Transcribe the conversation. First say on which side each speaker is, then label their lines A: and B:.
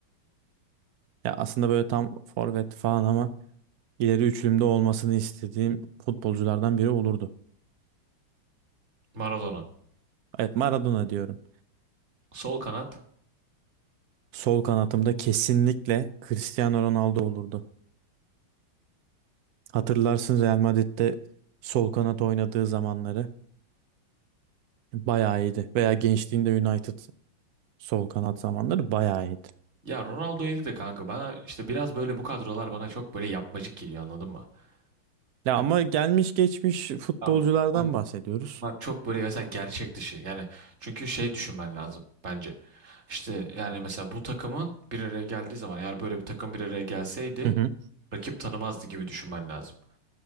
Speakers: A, on the right; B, on the right.
A: Ya aslında böyle tam forvet falan ama ileri üçlümde olmasını istediğim futbolculardan biri olurdu.
B: Maradona.
A: Evet Maradona diyorum.
B: Sol kanat.
A: Sol kanatımda kesinlikle Cristiano Ronaldo olurdu. Hatırlarsın Real Madrid'de sol kanat oynadığı zamanları bayağı iyiydi. Veya gençliğinde United sol kanat zamanları bayağı iyiydi.
B: Ya Ronaldo yedi de kanka bana işte biraz böyle bu kadrolar bana çok böyle yapmacık geliyor anladın mı?
A: Ya
B: Yani,
A: ama gelmiş geçmiş futbolculardan
B: ya bunlar,
A: bahsediyoruz.
B: bunlar çok böyle mesela gerçek dışı. Yani çünkü şey düşünmen lazım bence. İşte yani mesela bu takımın bir araya geldiği zaman eğer böyle bir takım bir araya gelseydi
A: Hı hı.
B: rakip tanımazdı gibi düşünmen lazım.